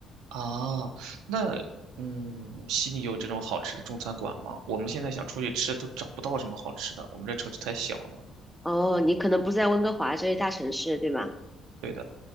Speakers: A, on the right (about 80°); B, in the centre.
A: 啊？那嗯，悉尼有这种好吃的中餐馆吗？我们现在想出去吃都找不到什么好吃的，我们这城市太小了。
B: 哦，你可能不在温哥华这些大城市，对吗？
A: 对的。